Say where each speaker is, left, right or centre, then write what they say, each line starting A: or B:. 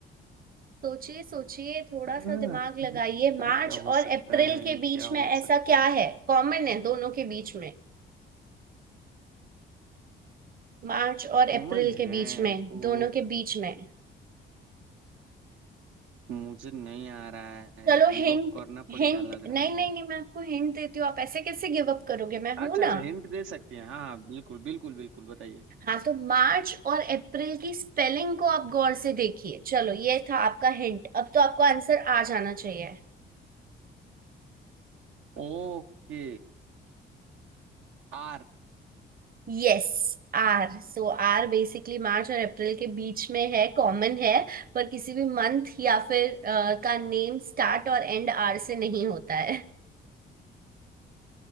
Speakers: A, on the right; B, on the right.
A: सोचिए सोचिए थोड़ा
B: हाँ,
A: सा दिमाग लगाइए
B: ऐसा
A: मार्च
B: क्या हो
A: और
B: सकता
A: अप्रैल
B: है
A: के बीच
B: क्या हो
A: में ऐसा
B: सकता
A: क्या
B: है
A: है कॉमन है दोनों के बीच में मार्च और
B: कॉमन
A: अप्रैल
B: है
A: के बीच में
B: तो
A: दोनों के बीच में
B: मुझे नहीं आ रहा है
A: चलो
B: गिव
A: हिंट
B: अप करना पड़ेगा
A: हिंट
B: लग
A: नहीं
B: रहा
A: नहीं
B: है
A: नहीं मैं आपको हिंट देती हूँ आप ऐसे कैसे गिव अप करोगे मैं हूं
B: अच्छा
A: ना
B: अच्छा हिंट दे सकती हैं हाँ हाँ बिल्कुल बिल्कुल बिल्कुल बताइए
A: हाँ तो मार्च और अप्रैल की स्पेलिंग को आप गौर से देखिए चलो ये था आपका हिंट अब तो आपको आंसर आ जाना चाहिए
B: ओके आर
A: Yes R So R basically March और अप्रैल के बीच में है कॉमन है पर किसी भी मंथ या फिर अ, का नेम स्टार्ट और एंड आर से नहीं होता है